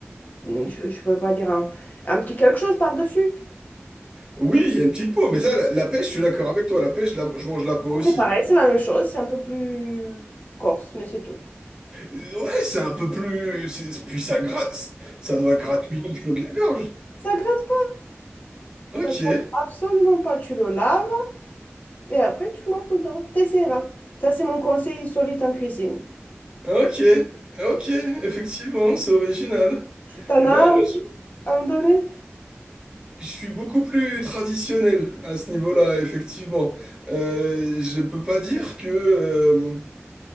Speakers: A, on the left; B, on the right.
A: hmm, je, je peux pas dire un, un petit quelque chose par-dessus.
B: Oui, il y a une petite peau, mais ça, la, la pêche, je suis d'accord avec toi, la pêche, la- je mange la peau aussi.
A: C'est pareil, c'est la même chose. C'est un peu plus corse, mais c'est tout.
B: Euh, Ouais, c'est un peu plus... c'est- Puis ça gratte, ça doit gratouiller le fond de la gorge.
A: Ça gratte pas.
B: Ok,
A: Ça gratte absolument pas. Tu le laves et après, tu mords dedans. T'essaieras. Ça, c'est mon conseil solide en cuisine.
B: ok, ok, effectivement, c'est original.
A: T'en
B: Non,
A: as
B: moi,
A: aussi
B: je
A: à me donner?
B: je suis beaucoup plus traditionnel à ce niveau-là, effectivement. Euh, je peux pas dire que... euh,